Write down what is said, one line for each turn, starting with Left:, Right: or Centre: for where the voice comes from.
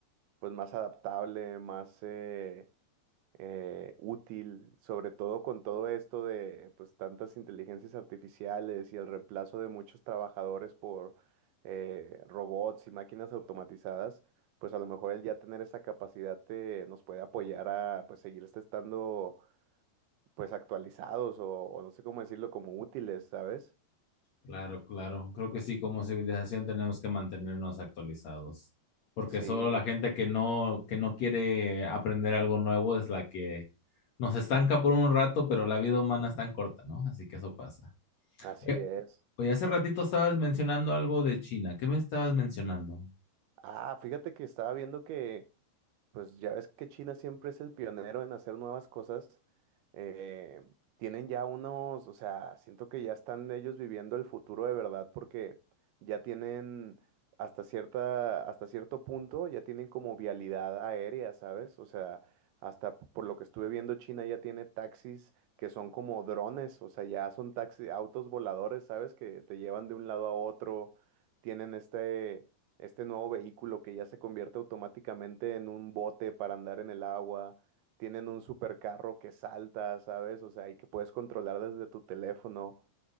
Right: pues más adaptable, más eh, eh, útil, sobre todo con todo esto de pues tantas inteligencias artificiales y el reemplazo de muchos trabajadores por eh, robots y máquinas automatizadas, pues a lo mejor el ya tener esa capacidad te- nos puede apoyar a pues seguir este estando pues actualizados o, o no sé cómo decirlo, como útiles, ¿sabes?
Left: Claro, claro. Creo que sí, como civilización tenemos que mantenernos actualizados, porque
Right: Sí,
Left: solo la gente que no, que no quiere aprender algo nuevo es la que nos estanca por un rato, pero la vida humana es tan corta, ¿no? Así que eso pasa.
Right: así
Left: Oye,
Right: es.
Left: oye, hace ratito estabas mencionando algo de China. ¿Qué me estabas mencionando?
Right: Ah, fíjate que estaba viendo que Pues ya ves que China siempre es el pionero en hacer nuevas cosas. eh, tienen ya unos, o sea, siento que ya están ellos viviendo el futuro de verdad porque ya tienen hasta cierta, hasta cierto punto, ya tienen como vialidad aérea, ¿sabes? O sea, hasta p- por lo que estuve viendo, China ya tiene taxis que son como drones, o sea, ya son taxis, autos voladores, ¿sabes? Que te llevan de un lado a otro. Tienen este este nuevo vehículo que ya se convierte automáticamente en un bote para andar en el agua, tienen un supercarro que salta, ¿sabes? O sea, y que puedes controlar desde tu teléfono.